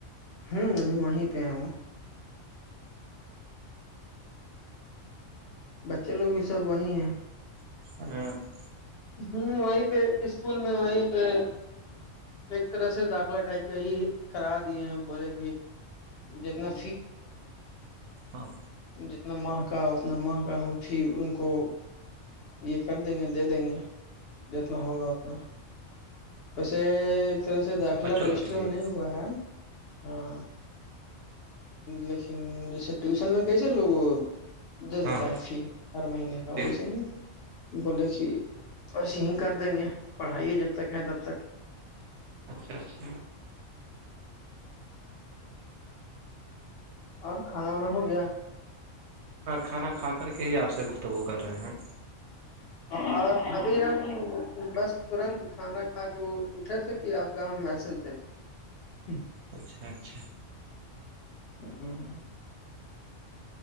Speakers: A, on the left; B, on the right.
A: ہوں ابھی وہیں پہ ہیں وہ بچے لوگ بھی سب وہیں ہیں
B: <inaudible>
A: ہوں وہیں پہ اسکول میں وہیں پہ ایک طرح سے داخلہ ٹائپ کا ہی کرا دیے ہیں بولے کہ جتنا
B: ہاں
A: جتنا مہکا اتنا مہکا ہم پھر ان کو یہ کر دیں گے دے دیں گے جتنا ہوگا اتنا ویسے ایک طرح سے داخلہ
B: بچوں
A: رجسٹر
B: لوگ کے لیے
A: میں نہیں ہوا ہے ہاں لیکن جیسے ٹیوشن میں کیسے لوگوں دے
B: ہاں
A: دیتا ہے فی ہر مہینے کا
B: جی
A: ویسے ہی بولے کہ ایسے یہ کر دیں گے پڑھائی جب تک ہیں تب تک
B: اچھا اچھا
A: اور کھانا وانا ہو گیا
B: کھانا کھا کر کے ہی آپ سے گفتگو کر رہے ہیں
A: اور ابھی ہم بس ترنت کھانا کھا کے اٹھے تھے کہ آپ کا ہم میسج دیکھیں
B: اچھا اچھا
A: ہوں ہوں